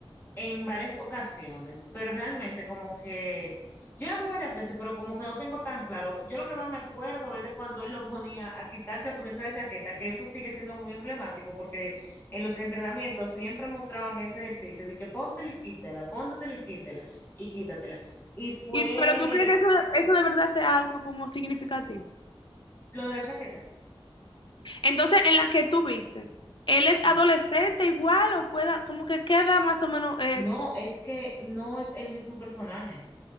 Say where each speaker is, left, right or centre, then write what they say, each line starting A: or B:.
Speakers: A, on the left; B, on the left.
A: en varias ocasiones, pero realmente como que yo la vi varias veces, pero como que no tengo tan claro. Yo lo que más me acuerdo es de cuando él lo ponía a quitarse, a ponerse la chaqueta, que eso sigue siendo muy emblemático porque en los entrenamientos siempre mostraban ese ejercicio de que póntela y quítela, póntela y quítela y quítatela. Y fue
B: Y, pero tú crees que eso, eso de verdad sea algo como significativo.
A: lo de la chaqueta.
B: Entonces, en la que tú viste, ¿él es
A: Ajá.
B: adolescente igual o queda, como que queda más o menos, eh,
A: No, es que no es el mismo personaje.